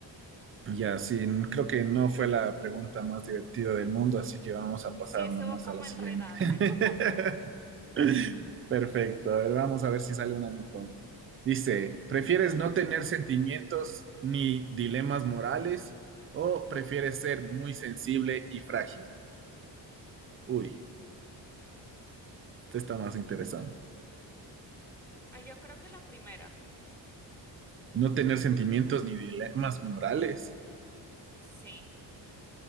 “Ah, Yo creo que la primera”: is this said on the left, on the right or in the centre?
Centre